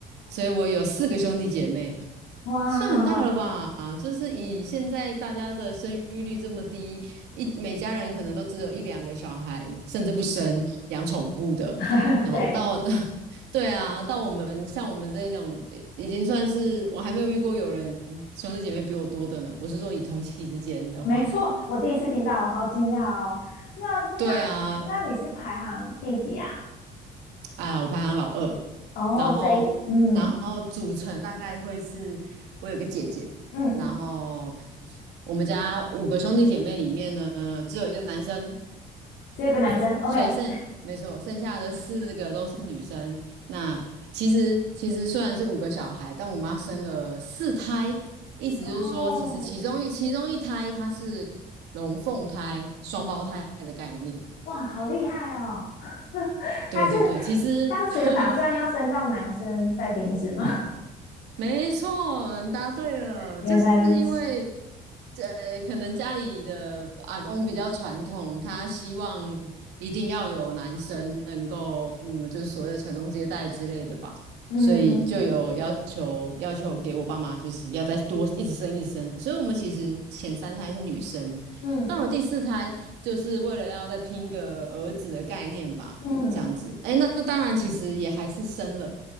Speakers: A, on the right; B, on the left.
A: 所以我有四个兄弟姐妹。
B: 哇，
A: 算很大了吧？就是以现在大家的生育率这么低，一每家人可能都只有一两个小孩，甚至不生养宠物的。
B: <laughs>
A: 然后到了
B: 对，
A: <laughs> 对啊，到我们像我们这种，已经算是我还没有遇过有人兄弟姐妹比我多的呢。我是说以同期之间的话，
B: 没错，我第一次听到，我好惊讶哦。那那那你是排行第几啊？
A: 对啊，啊，我排行老二，
B: 哦，
A: 然后然后组成大概会是我有个姐姐，
B: 所以嗯嗯，
A: 然后我们家五个兄弟姐妹里面呢，只有一个男生，
B: 只有一个男生，OK。
A: 所以剩没错，剩下的四个都是女生。那其实其实虽然是五个小孩，但我妈生了四胎，意思就是说，
B: 哦，
A: 其实其中一其中一胎它是龙凤胎、双胞胎的概念。
B: 哇，好厉害哦！<laughs>
A: 对对对，
B: 他是
A: 其实
B: 当时有打算要生到男生再停止吗？
A: <laughs> 没错，你答对了，
B: <laughs> 原来如此，
A: 就是因为，呃，可能家里的阿公比较传统，他希望一定要有男生能够，嗯，就是所谓的传宗接代之类的吧，
B: 嗯
A: 所以就有要求，要求给我爸妈就是要再多一直生一直生，所以我们其实前三胎是女生，
B: 嗯
A: 到了第四胎就是为了要再拼个儿子的概念吧。
B: 嗯。
A: 这样子。哎，那那当然，其实也还是生了，